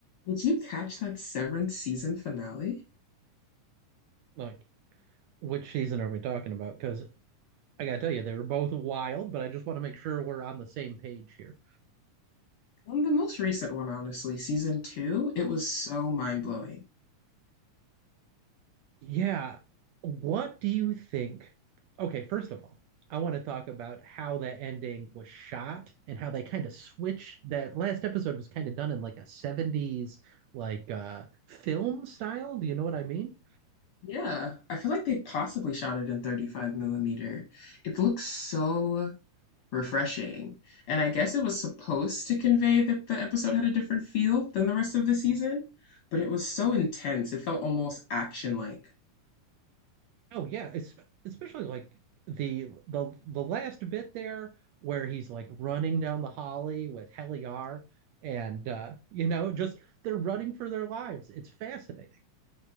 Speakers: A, on the left; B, on the right.
A: Did you catch that seventh season finale?
B: Like, which season are we talking about? Because I gotta tell you, they were both wild, but I just want to make sure we're on the same page here.
A: Um, the most recent one, honestly, season two, it was so mind-blowing.
B: Yeah. What do you think? Okay, first of all, I want to talk about how that ending was shot and how they kind of switched that last episode was kind of done in like a 70s like uh film style. Do you know what I mean?
A: Yeah, I feel like they possibly shot it in 35 millimeter. It looks so refreshing. And I guess it was supposed to convey that the episode had a different feel than the rest of the season, but it was so intense. It felt almost action-like.
B: Oh yeah, it's especially like the the the last bit there where he's like running down the holly with Heliar and uh you know just they're running for their lives. It's fascinating.